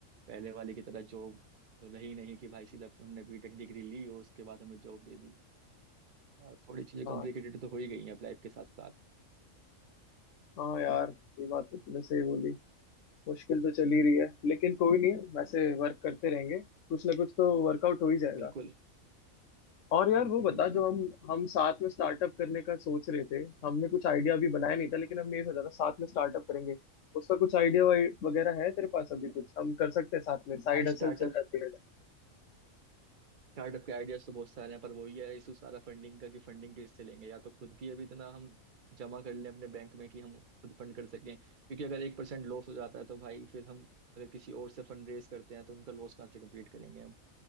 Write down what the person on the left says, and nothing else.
हाँ
हाँ यार ये बात तो तूने सही बोली मुश्किल तो चल ही रही है लेकिन कोई नहीं वैसे वर्क करते रहेंगे कुछ ना कुछ तो वर्कआउट हो ही जाएगा
और यार
वो बता
जो हम हम साथ में स्टार्टअप करने का सोच रहे थे हमने कुछ आइडिया अभी बनाया नहीं था लेकिन हमने ये सोचा था साथ में स्टार्टअप करेंगे उसका कुछ आइडिया वगैरह है तेरे पास अभी कुछ हम कर सकते हैं साथ में साइड
हसल
चल जाती है